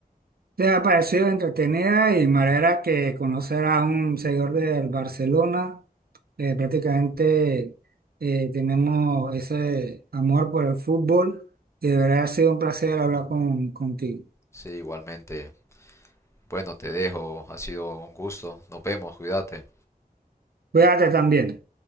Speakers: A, on the right; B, on the left.
A: ¿Te ha parecido entretenida y manera que conocer a un seguidor del Barcelona? Eh, prácticamente eh, tenemos ese amor por el fútbol y de verdad ha sido un placer hablar con, contigo.
B: Sí, igualmente. Bueno, te dejo. Ha sido un gusto. Nos vemos. Cuídate.
A: Cuídate también.